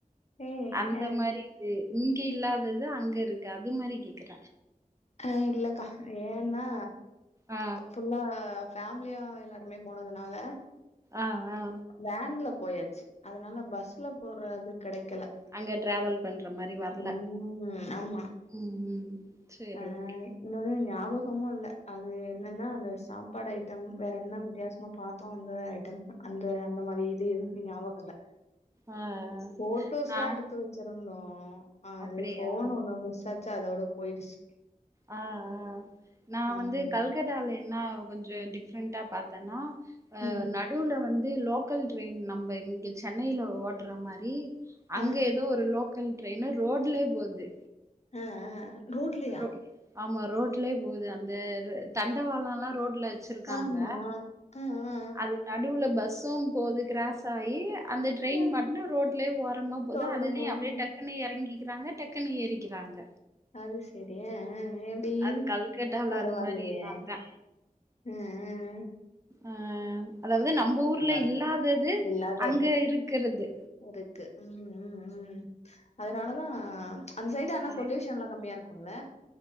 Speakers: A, on the left; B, on the right.
A: ஏ
B: அந்த
A: அ,
B: மாரி இது இங்க இல்லாதது அங்கருக்கு அது மாரி கேக்குற
A: அ இல்லக்கா ஏன்னா
B: ஆ
A: ஃபுல்லா ஃபேம்லியா எல்லாருமே போனதுனால
B: ஆ ஆ
A: வேன்ல போயாச்சு அதனால பஸ்ல போறது கெடைக்கல
B: அங்க ட்ராவல் பண்ற மாரி வர்ல
A: ம். ஆமா.
B: ம் ம்ம் சரி
A: அ
B: ஓகே
A: இன்னொன்னு ஞாபகமு இல்ல அது என்னன்னா அந்த சாப்பாடு ஐட்டம் வேற என்ன வித்தியாசமா பாத் மொத்தொ வந்த ஐட்டம் அந்த அந்த மாரி இது எதுவுமே ஞாபகல்ல
B: ஆ
A: ஃபோட்டோஸ்ல்லா
B: நா
A: எடுத்து வச்சிருந்தோ அது
B: அப்டியா
A: ஃபோன் ஒண்ணு மிஸ் ஆச் சு அதோட போயிடுச்சு
B: ஆ ஆ நா
A: ஆமா
B: வந்து கல்கட்டால என்ன கொஞ்சோ டிஃப்ரெண்டா பாத்தன்னா அ
A: ம்.
B: நட் டூல வந்து லோக்கல் ட்ரெயின் நம்ப இங்க சென்னையில ஓட்ற மாரி அங்க
A: அ
B: எதோ ஒரு லோக்கல் ட்ரெயினு ரோட்லயே போது
A: அ அ அ ரோட்லையா
B: ரோ ஆமா ரோட்லயே போகுது அந்த தண்டவாளலலா ரோட்ல வச்சிருக்காங்க
A: ஆமா அ அ அ
B: அது நடுவு நடுவுல பஸ்சும் போது கிராஸ் ஆயி அந்த ட்ரெயின்
A: அ
B: மாட்னு ரோட்லயே ஓரமா போது
A: ரோட்ல
B: அதுலயு
A: போகும்.
B: அப்டியே டக்குன்னு எறங்கிக்கிறாங்க டக் க்குன்னு ஏறிக்கிறாங்க
A: அது சேரி ஆ ஆ ஆ எப்டி
B: அது கல்கட்டால
A: பரவால்லயே
B: அது மாரி பாத்தே
A: ம் ம் ம்
B: அ அதாவ்து நம்ப ஊர்ல
A: இருக்கு.
B: இல்லாதது
A: இல்லாதது
B: அங்க இருக்கறது
A: இருக்கு ம் ம் ம் அதனாலதா அந்த சைடு ஆனா
B: ஆ
A: பொல்யூஷன் ல்லா கம்மியா இருக்குல்ல